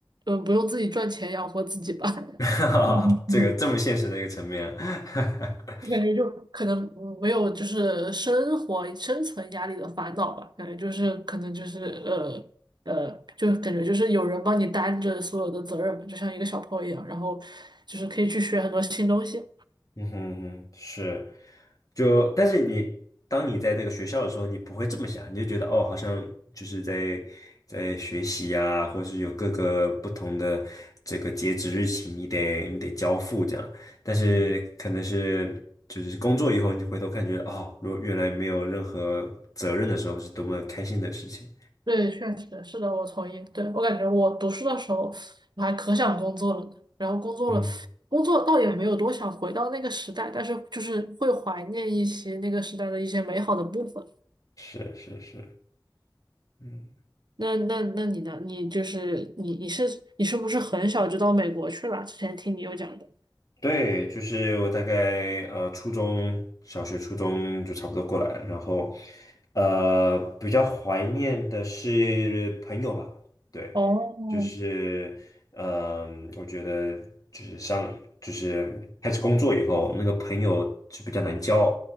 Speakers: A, on the right; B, on the left.
A: 呃，不用自己赚钱养活自己吧。
B: <laughs>
A: <laughs> 嗯嗯，
B: 这个这么现实的一个层面。<laughs>
A: 我感觉就可能没有就是生活生存压力的烦恼吧，感觉就是可能就是呃呃，就感觉就是有人帮你担着所有的责任嘛，就像一个小朋友一样，然后就是可以去学很多新东西。
B: 嗯哼嗯哼，是，就但是你当你在那个学校的时候，你不会这么想，你就觉得哦，好像就是在在学习呀、或者是有各个不同的这个截止日期，你得你得交付这样。但是可能是就是工作以后，
A: 嗯。
B: 你回头看，觉得哦，如果原来没有任何责任的时候，是多么开心的事情。
A: 对，确实是的，我同意。对，我感觉我读书的时候，我还可想工作了呢。然后工作了，
B: 嗯，
A: 工作倒也没有多想回到那个时代，但是就是会怀念一些那个时代的一些美好的部分。
B: 是是是，嗯。
A: 那那那你呢？你就是你你是你是不是很小就到美国去了？之前听你有讲的。
B: 对，就是我大概呃初中小学、初中就差不多过来了，然后呃比较怀念的是朋友吧，对，
A: 哦，
B: 就是嗯、我觉得就是上就是开始工作以后，那个朋友就比较难交，